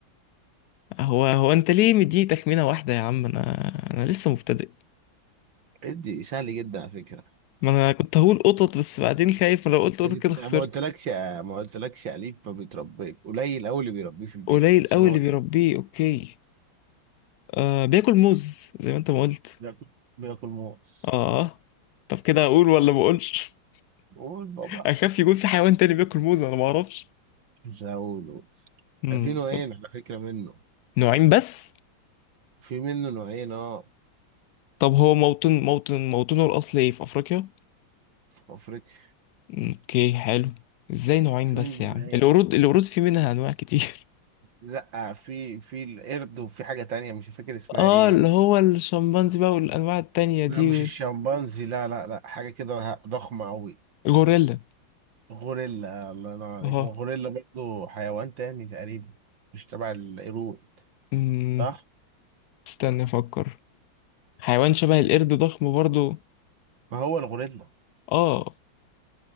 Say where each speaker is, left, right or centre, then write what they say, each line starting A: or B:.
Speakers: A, on the left (about 75°); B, on the right (about 70°).
A: هو هو انت ليه مديني تخمينه واحده يا عم انا انا لسه مبتدئ
B: ادي سهل جدا على فكرة
A: ما انا كنت هقول قطط بس بعدين خايف ما لو قلت قطط
B: انت
A: كده خسرت
B: ما قلتلكش ما قلتلكش اليف ما بيتربيش قليل قوي اللي بيربيه في البيت
A: قليل
B: عشان
A: قوي
B: هو
A: اللي
B: كده
A: بيربيه اوكي آه بياكل موز زي ما انت ما قلت
B: بياكل بياكل موز
A: اه طب كده اقول ولا ما اقولش
B: قول بقى
A: <laughs>
B: براحتك
A: اخاف يكون في حيوان تاني بياكل موز انا ما اعرفش
B: مش هقوله
A: مم،
B: في نوعين
A: طب
B: على فكرة منه
A: نوعين بس
B: في منه نوعين اه
A: طب هو موطن موطن موطنه الأصلي ايه في أفريقيا؟
B: في افريقيا
A: اوكي حلو ازاي نوعين
B: في
A: بس
B: منه نوعين
A: يا عم القرود القرود في منها أنواع كتير
B: لا في في القرد وفي حاجة تانية مش فاكر
A: <laughs>
B: اسمها
A: اه
B: ايه
A: اللي هو الشمبانزي بقى والأنواع التانية دي
B: لا مش
A: وال-
B: الشمبانزي لا لا لا حاجة كده ضخمة قوي
A: الغوريلا
B: غوريلا الله ينور عليك
A: اه
B: ما هو غوريلا برضه حيوان تاني تقريبا مش تبع القرود
A: أمم،
B: صح
A: استنى أفكر حيوان شبه القرد ضخم برضو
B: ما هو الغوريلا
A: اه